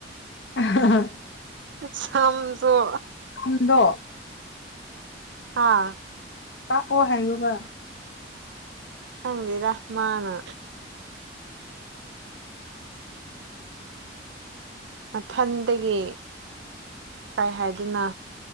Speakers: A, on the left (about 75°); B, on the right (about 75°).
A: <unintelligible>
B: ꯁꯝꯖꯨ
A: ꯀꯥꯛꯐꯝꯗꯣ
B: ꯍꯥꯥ
A: ꯀꯥꯛꯑꯣ ꯍꯥꯏꯌꯣꯕ
B: ꯈꯪꯗꯦꯗ ꯃꯥꯅ ꯃꯊꯟꯇꯒꯤ ꯀꯥꯏ ꯍꯥꯏꯗꯨꯅ